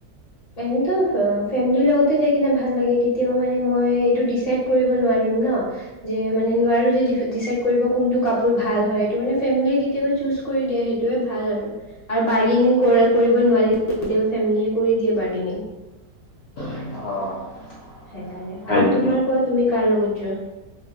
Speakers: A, on the left (about 30°); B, on the left (about 70°).
A: এনেইতো ফেমিলিৰ লগতে যাই কিনে ভাল লাগে কেতিয়াবা মানে মই এইটো ডিচাইড কৰিব নোৱাৰিম ন। যে মানে নোৱাৰো যে ডি ডিচাইড কৰিব কোনটো কাপোৰ ভাল হয় এইটো মানে ফেমিলিয়ে কেতিয়াবা চুজ কৰি দিয়ে সেইটোয়ে ভাল আৰু। আৰু বাৰ্গেনিং কৰা কৰিব নোৱাৰিলে কেতিয়াবা ফেমিলীয়ে কৰি দিয়ে বাৰ্গেনিং।
B: অ।
A: সেইকাৰণে
B: হয়
A: আৰু
B: নেকি?
A: তোমাৰ কোৱা তুমি কাৰ লগত যোৱা?